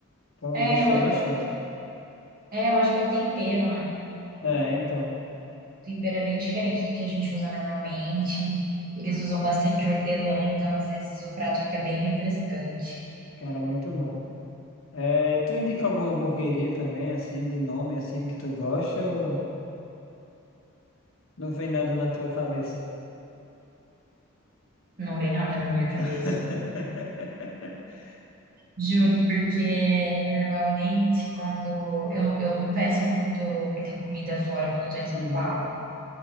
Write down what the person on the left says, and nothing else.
Então,
eu gostei
bastante.
É, então,
cara, muito bom. É, tu indica alguma hamburgueria também, assim, de nome, assim, que tu gosta ou não vem nada na tua cabeça?
<laughs>
Uhum.